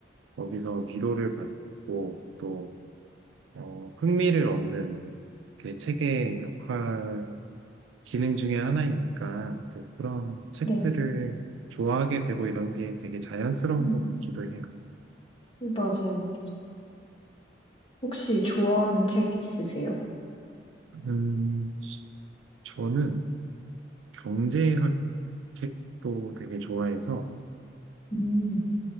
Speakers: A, on the right; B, on the left.
A: 거기서 위로를 받고 또 어, 흥미를 얻는 그 책의 역할 기능 중에 하나이니까 또 그런 책들을
B: 네.
A: 좋아하게 되고 이런 게 되게 자연스러운
B: 음,
A: 것 같기도 해요.
B: 맞아요. 혹시 좋아하는 책 있으세요?
A: 음, 저는 경제학 책도 되게 좋아해서
B: 음.